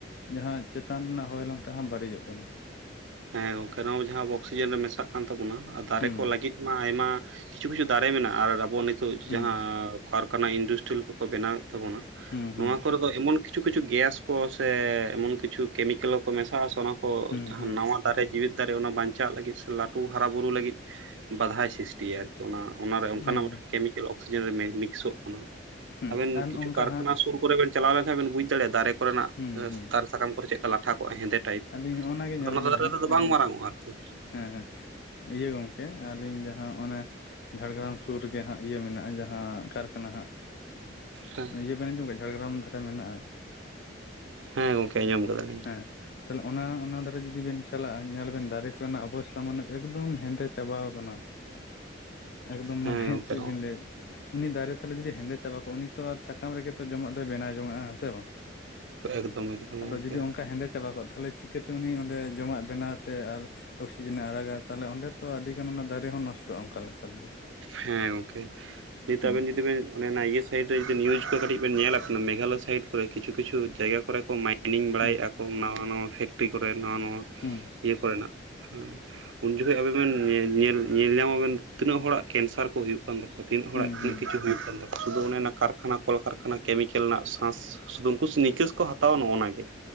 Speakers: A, on the left; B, on the right.
A: ᱡᱟᱦᱟᱸ ᱪᱮᱛᱟᱱ ᱨᱮᱱᱟᱜ ᱦᱚᱭᱞᱚᱝ ᱴᱟᱜ ᱦᱚᱸ ᱵᱟᱹᱲᱤᱡᱚᱜ ᱠᱟᱱᱟ᱾
B: ᱦᱮᱸ ᱜᱚᱝᱠᱮ ᱱᱚᱣᱟ ᱡᱟᱦᱟᱸ ᱚᱠᱥᱤᱡᱮᱱ ᱨᱮ ᱢᱮᱥᱟᱜ ᱠᱟᱱ ᱛᱟᱵᱚᱱᱟ ᱫᱟᱨᱮ
A: ᱦᱩᱸ
B: ᱠᱚ ᱞᱟᱹᱜᱤᱫ ᱢᱟ ᱟᱭᱢᱟ ᱠᱤᱪᱷᱩ ᱠᱤᱪᱷᱩ ᱫᱟᱨᱮ ᱢᱮᱱᱟᱜᱼᱟ ᱟᱨ ᱟᱵᱚ ᱱᱤᱛᱚᱜ
A: ᱦᱩᱸ
B: ᱡᱟᱦᱟᱸ ᱯᱷᱟᱨᱠᱟᱱᱟᱭ ᱤᱱᱰᱤᱥᱴᱤᱞ ᱠᱚᱠᱚ ᱵᱮᱱᱟᱣ ᱮᱫ ᱛᱟᱵᱚᱱᱟ
A: ᱦᱩᱸ
B: ᱱᱚᱣᱟ
A: ᱦᱩᱸ
B: ᱠᱚᱨᱮᱫᱚ ᱮᱢᱚᱱ ᱠᱤᱪᱷᱩ ᱠᱤᱪᱷᱩ ᱜᱮᱥ ᱠᱚ ᱥᱮ ᱮᱢᱚᱱ ᱠᱤᱪᱷᱩ ᱠᱮᱢᱤᱠᱮᱞ ᱠᱚ ᱢᱮᱥᱟᱜᱼᱟ ᱥᱮ ᱚᱱᱟ ᱠᱚ
A: ᱦᱩᱸ
B: ᱡᱟᱦᱟᱸ
A: ᱦᱩᱸ
B: ᱱᱟᱣᱟ ᱫᱟᱨᱮ ᱫᱟᱨᱮ ᱚᱱᱟ ᱵᱟᱧᱪᱟᱜ ᱞᱟᱹᱜᱤᱫ ᱥᱮ ᱞᱟᱹᱴᱩ ᱦᱟᱨᱟᱵᱩᱨᱩ ᱞᱟᱹᱜᱤᱫ ᱵᱟᱫᱷᱟᱭ ᱥᱤᱥ ᱴᱤᱭᱟ ᱟᱨᱠᱤ ᱚᱱᱟ ᱚᱱᱟᱨᱮ ᱚᱱᱠᱟᱱᱟᱜ
A: ᱮᱠᱫᱚᱢ
B: ᱠᱮᱢᱤᱠᱮᱞ ᱚᱠᱥᱤᱡᱮᱱ ᱨᱮ ᱢᱤᱠᱥᱚᱜ ᱠᱟᱱᱟ᱾
A: ᱦᱩᱸ
B: ᱟᱵᱮᱱ
A: ᱟᱨ
B: ᱠᱤᱪᱷᱩ
A: ᱱᱚᱝᱠᱟ
B: ᱠᱟᱨᱠᱷᱟᱱᱟ
A: ᱦᱟᱸᱜ
B: ᱥᱩᱨ ᱠᱚᱨᱮ ᱵᱮᱱ ᱪᱟᱞᱟᱣ ᱞᱮᱱᱠᱷᱟᱱ ᱵᱮᱱ ᱵᱩᱡ ᱫᱟᱲᱮᱭᱟᱜ-ᱟ ᱫᱟᱨᱮ ᱠᱚᱨᱮᱱᱟᱜ
A: ᱦᱩᱸ ᱦᱩᱸ
B: ᱫᱟᱨᱮ ᱥᱟᱠᱟᱢ ᱠᱚᱨᱮ ᱪᱮᱫ ᱞᱮᱠᱟ ᱞᱟ ᱴᱟᱷᱟ ᱠᱚᱜᱼᱟ ᱦᱮᱸᱫᱮ ᱴᱟᱭᱤᱯ
A: ᱟᱹᱞᱤᱧ ᱱᱚᱜᱼᱚ ᱱᱟ ᱜᱮ
B: ᱟᱫᱚ
A: ᱧᱮᱞ
B: ᱚᱱᱟ
A: ᱵᱮᱱ
B: ᱫᱟᱨᱮ
A: ᱦᱟᱸᱜ
B: ᱫᱚ ᱵᱟᱝ
A: ᱮᱸ
B: ᱢᱟᱨᱟᱝ ᱚᱜᱼᱟ ᱟᱨᱠᱤ᱾
A: ᱦᱮᱸ ᱦᱮᱸ ᱤᱭᱟᱹ ᱜᱚᱝᱠᱮ ᱟᱹᱞᱤᱧ ᱡᱟᱦᱟᱸ ᱚᱱᱮ ᱡᱷᱟᱲᱜᱨᱟᱢ ᱥᱩᱨ ᱨᱮᱜᱮ ᱦᱟᱸᱜ ᱤᱭᱟᱹ ᱢᱮᱱᱟᱜᱼᱟ ᱡᱟᱦᱟᱸ ᱠᱟᱨᱠᱷᱟᱱᱟ ᱦᱟᱸᱜ
B: ᱦᱮᱸ
A: ᱤᱭᱟᱹᱵᱮᱱ ᱟᱸᱧᱡᱚᱢ ᱠᱟᱫᱟ ᱡᱷᱟᱲᱜᱟᱨᱟᱢ ᱫᱷᱟᱨᱮ ᱢᱮᱱᱟᱜᱼᱟ
B: ᱦᱮᱸ ᱜᱚᱝᱠᱮ ᱟᱸᱡᱚᱢ ᱠᱟᱫᱟᱞᱤᱧ
A: ᱦᱮᱸ ᱛᱟᱦᱚᱞᱮ ᱚᱱᱟ ᱚᱱᱟ ᱫᱷᱟᱨᱮ ᱡᱩᱫᱤ ᱵᱮᱱ ᱪᱟᱞᱟᱜᱼᱟ ᱧᱮᱞ ᱵᱮᱱ ᱫᱟᱨᱮ ᱠᱚᱨᱮᱱᱟᱜ ᱚᱵᱚᱥᱛᱟ ᱢᱟᱱᱮ ᱮᱠᱫᱚᱢ ᱦᱮᱸᱫᱮ ᱪᱟᱵᱟᱣ ᱟᱠᱱᱟ ᱮᱠᱫᱚᱢ
B: ᱦᱮᱸ
A: ᱢᱟᱱᱮ
B: ᱜᱚᱝᱠᱮ
A: ᱪᱮᱫ ᱵᱤᱱ ᱞᱟᱹᱭᱟ ᱩᱱᱤ ᱫᱟᱨᱮ ᱛᱟᱞᱮ ᱡᱩᱫᱤ ᱦᱮᱸᱫᱮ ᱪᱟᱵᱟ ᱠᱚᱜᱼᱟ ᱩᱱᱤ ᱛᱚ ᱟᱨ ᱥᱟᱠᱟᱢ ᱨᱮᱜᱮ ᱛᱚ ᱡᱚᱢᱟᱜ ᱫᱚᱭ ᱵᱮᱱᱟᱣ ᱡᱚᱝᱟᱼᱟ ᱦᱮᱸ ᱥᱮ ᱵᱟᱝ
B: ᱮᱠᱫᱚᱢ ᱮᱠᱫᱚᱢ
A: ᱟᱫᱚ
B: ᱜᱚᱝᱠᱮ
A: ᱡᱩᱫᱤ ᱚᱱᱠᱟ ᱦᱮᱸᱫᱮ ᱪᱟᱵᱟ ᱠᱚᱜᱼᱟ ᱛᱟᱦᱚᱞᱮ ᱪᱤᱠᱟᱹᱛᱮ ᱩᱱᱤ ᱚᱸᱰᱮ ᱡᱚᱢᱟᱜ ᱵᱮᱱᱟᱣ ᱛᱮ ᱟᱨ ᱚᱠᱥᱤᱡᱮᱱᱮ ᱟᱲᱟᱜᱟ ᱛᱟᱦᱚᱞᱮ ᱚᱸᱰᱮ ᱛᱚ ᱟᱹᱰᱤ ᱜᱟᱱ ᱚᱱᱟ ᱫᱟᱨᱮ ᱦᱚᱸ ᱱᱚᱥᱴᱚᱜᱼᱟ ᱚᱱᱠᱟ ᱞᱮᱠᱟ ᱛᱮᱫᱚ
B: ᱦᱮᱸ ᱜᱚᱝᱠᱮ ᱱᱤᱛ
A: ᱦᱩᱸ
B: ᱟᱵᱮᱱ ᱡᱩᱫᱤ ᱵᱮᱱ ᱚᱱᱮ ᱚᱱᱟ ᱤᱭᱟ ᱥᱚ ᱥᱟᱭᱤᱴ ᱨᱮ ᱡᱩᱫᱤ ᱱᱤᱭᱩᱡᱽ ᱠᱚ ᱠᱟᱹᱴᱤᱡ ᱵᱮᱱ ᱧᱮᱞᱟ ᱠᱟᱱᱟ ᱢᱮᱜᱷᱟ ᱞᱚᱭ ᱥᱟᱭᱤᱰ ᱠᱚ ᱠᱤᱪᱷᱩ ᱠᱤᱪᱷᱩ ᱡᱟᱭᱜᱟ ᱠᱚᱨᱮ ᱠᱚ ᱢᱟᱭ ᱠᱤᱞᱤᱝ ᱵᱟᱲᱟᱭᱮᱫᱼᱟ
A: ᱦᱩᱸ
B: ᱠᱚ ᱱᱟᱣᱟ ᱱᱟᱣᱟ ᱯᱷᱮᱠᱴᱨᱤ ᱠᱚᱨᱮ ᱱᱟᱣᱟ ᱱᱟᱣᱟ
A: ᱦᱩᱸ
B: ᱤᱭᱟᱹ ᱠᱚᱨᱮᱱᱟᱜ᱾ ᱦᱩ ᱩᱱ ᱡᱚᱠᱷᱚᱱ ᱟᱵᱮᱱ ᱵᱮᱱ ᱧᱮᱞ ᱧᱮᱞ ᱧᱟᱢᱟᱵᱮᱱ ᱛᱤᱱᱟᱹᱜ ᱦᱚᱲᱟᱜ ᱠᱮᱱᱥᱟᱨ ᱠᱚ ᱦᱩᱭᱩᱜ ᱠᱟᱱ ᱛᱟᱠᱚ-ᱟ ᱛᱤᱱᱟᱹᱜ ᱦᱚᱲᱟᱜ
A: ᱦᱩᱸ
B: ᱛᱤᱱᱟᱹᱜ
A: ᱦᱩᱸ
B: ᱠᱤᱪᱷᱩ ᱦᱩᱭᱩᱜ ᱠᱟᱱ ᱛᱟᱠᱚᱣᱟ᱾ ᱥᱩᱫᱷᱩ ᱚᱱᱮ ᱚᱱᱟ ᱠᱟᱨᱠᱷᱟᱱᱟ ᱠᱚᱞᱠᱟᱨᱠᱷᱟᱱᱟ ᱠᱮᱢᱤᱠᱮᱞ ᱨᱮᱱᱟᱜ ᱥᱟᱸᱥ ᱥᱩᱫᱩ ᱩᱱᱠᱩ ᱱᱤᱠᱟᱹᱥ ᱠᱚ ᱦᱟᱛᱟᱣᱟ ᱱᱚᱜ ᱚ ᱱᱟ ᱜᱮ।